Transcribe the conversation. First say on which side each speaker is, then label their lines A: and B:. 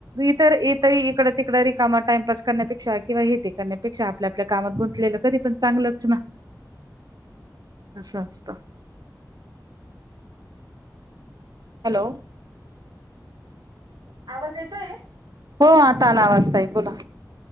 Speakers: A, on the right; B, on the right.
A: इतर इ तरी इकड तिकडं रिकमा टाइमपास करण्यापेक्षा किंवा हेती करण्यापेक्षा आपल्या आपल्या कामात गुंतलेलं कधी पण चांगलंच ना
B: ह
A: अास्त हॅलो
B: आवाज येतोय
A: हो आता आला वाजताय बोला